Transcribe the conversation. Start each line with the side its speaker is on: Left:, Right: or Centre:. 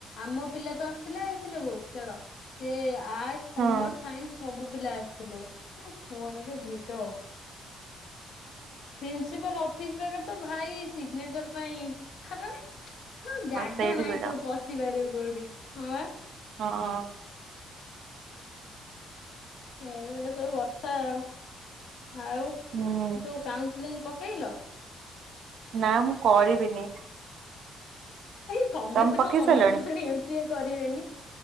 Left: ଆମ ପିଲା ତ ଆସିଥିଲେ ଆସିଥିଲେ ବହୁତ ଛାଡ ସିଏ ଆର୍ଟସ, କମର୍ସ,
Right: ହଁ ହଁ
Left: ସାଇନ୍ସ ସବୁ ପିଲା ଆସିଥିଲେ। କୁହନି ଯୋଉ ଭିଡ। ପ୍ରିନ୍ସିପାଲ ଅଫିସ ପାଖରେ ତ ଭାଇ ସିଗ୍ନେଚର ପାଇଁ ଖାଲ ହଁ ଜାଗା
Right: ସେଇଠି
Left: ନାହିଁ
Right: ଭିଡ
Left: ତୁ ପଶିପାରିବୁ କୋଉଠି? ହଁବା।
Right: ହଁ।
Left: ଏ ସବୁ କଥା ଆଉ, ଆଉ
Right: ହୁଁ
Left: ଯୋଉ କାଉନସିଲିଙ୍ଗ ପ ପକେଇଲା।
Right: ନା ମୁଁ କରିବିନି।
Left: ଏଇ ସମସ୍ତେ
Right: ତମେ ପକେଇ
Left: କଣ ମନା
Right: ସାରିଲଣି?
Left: କଲେଣି, ଏମ ସି ଏ କରିବେନି।